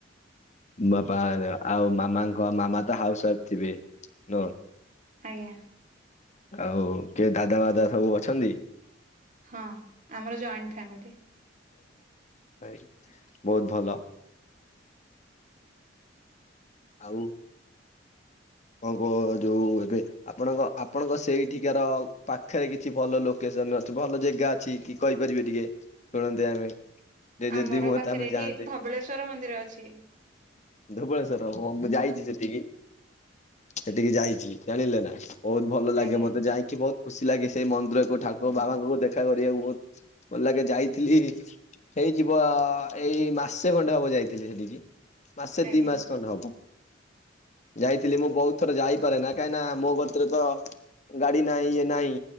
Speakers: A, on the left (about 40°); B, on the right (about 45°).
A: ବାପା ଦେ ଆଉ ମାମାଙ୍କ ମାମା ତ ହାଉସ ୱାଇଫ ଥିବେ ନୁହଁ?
B: ଆଜ୍ଞା।
A: ଆଉ କିଏ ଦାଦା ମାଦା ସବୁ ଅଛନ୍ତି?
B: ହଁ ଆମର ଜଏଣ୍ଟ ଫ୍ୟାମିଲି।
A: ଆଇଁ ବହୁତ ଭଲ। ଆଉ କଣ କୁହ ଯୋଉ ଏବେ ଆପଣଙ୍କ ଆପଣଙ୍କ ସେଇଠିକାର ପାଖରେ କିଛି ଭଲ ଲୋକେ ସନ ଅଛି ଭଲ ଜେଗା ଅଛି କି କହିପାରିବେ ଟିକେ ଶୁଣନ୍ତେ ଆମେ। ଯେ
B: ଆମର
A: ଯଦି ହୁଅନ୍ତା
B: ପାଖରେ
A: ଆମେ
B: ଏଠି
A: ଯାଆନ୍ତେ
B: ଧବଳେଶ୍ଵର ମନ୍ଦିର ଅଛି
A: ଧବେଳେସ ଶ୍ଵର ଓ ମୁଁ ଯାଇଚି ସେଠିକି ସେଠିକି ଯାଇଚି ଜାଣିଲ ନା। ବହୁତ ଭଲ ଲାଗେ
B: ଆଜ୍ଞା
A: ମତେ ଯାଇକି ବହୁତ ଖୁସି ଲାଗେ ସେଇ ମନ୍ଦିରକୁ ଠାକୁ
B: ହଁ
A: ବାବାଙ୍କୁ ଦେ କରିବାକୁ ବହୁତ ଭଲ ଲାଗେ ଯାଇଥିଲି। ହେଇ ଯିବ ଏଇ ମାସେ ଖଣ୍ଡେ ହବ ଯାଇଥିଲି ହେଇଠିକି। ମାସେ
B: ଆଜ୍ଞା
A: ଦି ମାସେ ଖଣ୍ଡ ହବ ଯାଇ ଥିଲି ମୁଁ ବହୁତ ଥର ଯାଇପାରେ ନା କାହିଁକି ନା ମୋ କତିରେ ତ ଗାଡି ନାହିଁ ଇ ନାହିଁ